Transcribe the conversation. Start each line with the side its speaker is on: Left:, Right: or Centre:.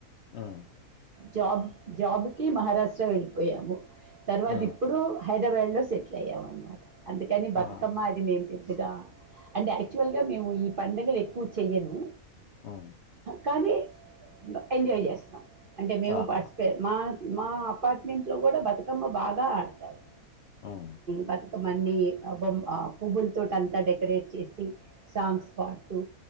Left: హ్మ్.
Right: జాబ్ జాబ్ కి మహారాష్ట్ర వెళ్ళిపోయాము తర్వాత
Left: హ్మ్.
Right: ఇప్పుడు హైదరాబాద్ లో సెటిల్ అయ్యామ అనమాట అందుకని బతుకమ్మ
Left: ఆ!
Right: మే పెద్దగా అంటే యాక్చువల్ గా మేము ఈ పండుగలు ఎక్కువ చెయ్యను
Left: హ్మ్.
Right: కానీ ఎంజాయ్ చేస్తాం అంటే మేము
Left: ఆహా!
Right: పార్టిస్ మా మా అపార్ట్మెంట్ లో కూడా బతుకమ్మ బాగా ఆడతారు
Left: హ్మ్.
Right: బతు ఒక మన్ని పువ్వుల తోటి అంతా డెకరేట్ చేసి సాంగ్స్ పాడు